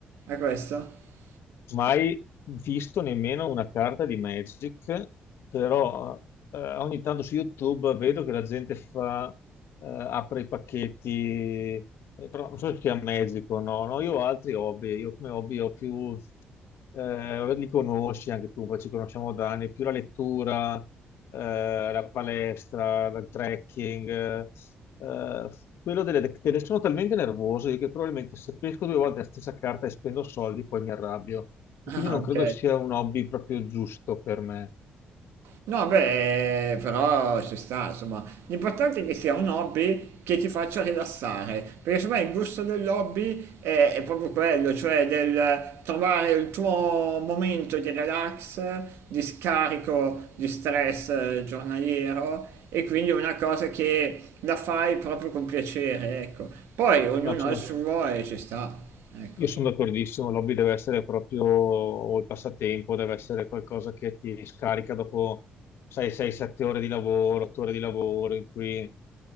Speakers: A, on the right; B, on the left.
A: A questo? <laughs>
B: mai visto nemmeno una carta di Magic, però eh, ogni tanto su YouTube vedo che la gente fa, eh, apre i pacchetti, eh, però non so se sia Magic o no, no, io ho altri hobby, io come hobby ho più, eh, li conosci anche tu, poi ci conosciamo da anni, più la lettura, eh, la palestra, il trekking, eh, eh, quello delle, delle- sono talmente nervoso io che probabilmente se pesco due volte la stessa carta e spendo soldi, poi mi arrabbio e
A: Ah,
B: quindi non
A: ok.
B: credo sia un hobby proprio giusto per me.
A: No, beh, però ci sta, insomma, l'importante è che sia un hobby che ti faccia rilassare, perché secondo me il gusto dell'hobby è, è proprio quello, cioè del trovare il tuo momento di relax, di scarico di stress eh, giornaliero e quindi è una cosa che la fai proprio con piacere, ecco. Poi ognuno
B: No, sono
A: ha il suo e ci sta, ecco.
B: Io sono d'accordissimo, l'hobby deve essere proprio, o il passatempo deve essere qualcosa che ti scarica dopo 6-7 ore di lavoro, 8 ore di lavoro, in cui, eh,